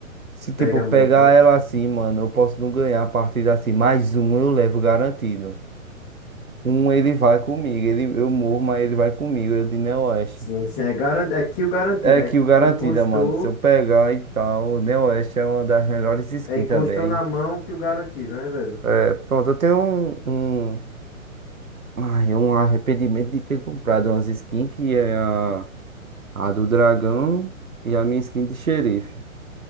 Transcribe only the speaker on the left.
pega muito,
né?
Sim, sim, é garantido, é que o garantido
é que
encostou,
é encostou
na mão que o garantido, né, velho?